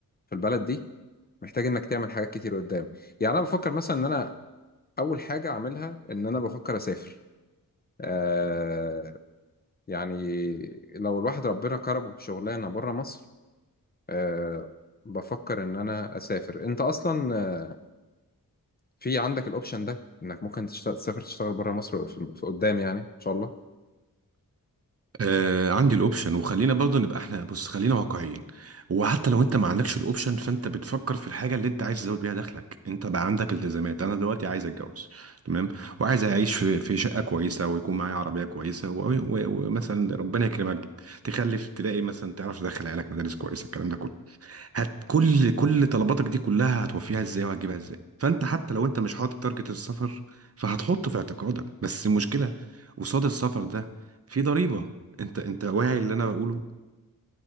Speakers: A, on the left; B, on the right.
A: في البلد دي محتاج انك تعمل حاجات كتير قدام يعني انا بفكر مثلا ان انا اول حاجه اعملها ان انا بفكر اسافر آه يعني لو الواحد ربنا كرمه بشغلانه بره مصر آه بفكر ان انا اسافر انت اصلا آه، في عندك الاوبشن ده انك ممكن تشتغل تسافر تشتغل بره مصر في في قدام يعني ان شاء الله
B: آه عندي الاوبشن وخلينا برضو نبقى احنا بص خلينا واقعيين وحتى لو انت ما عندكش الاوبشن فانت بتفكر في الحاجه اللي انت عايز تزود بيها دخلك انت بقى عندك التزامات انا دلوقتي عايز اتجوز تمام وعايز اعيش في في شقه كويسه ويكون معايا عربيه كويسه و- و- ومثلا ربنا يكرمك تخلف تلاقي مثلا تعرف تدخل عيالك مدارس كويسه الكلام ده كله هت كل كل طلباتك دي كلها هتوفيها ازاي وهتجيبها ازاي فانت حتى لو انت مش حاطط تارجت السفر فهتحطه في اعتقادك بس المشكله قصاد السفر ده في ضريبه انت انت واعي اللي انا بقوله